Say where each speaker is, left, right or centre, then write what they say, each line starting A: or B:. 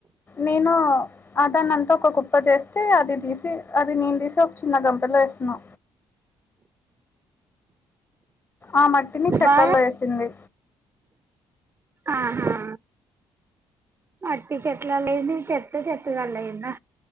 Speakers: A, on the left; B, on the right.
A: నేను ఆ దాన్నంతా ఒక కుప్ప చేస్తే అది తీసి అది నేన్ తీస్ తోక్ చిన్న గంపలో ఏస్తున్నా ఆ మట్టిని చెట్లల్లో
B: బాగా
A: ఏసింది
B: ఆహా మట్టి చెట్లల్ అయింది ఈ చెత్త చెత్తదాంట్లైందా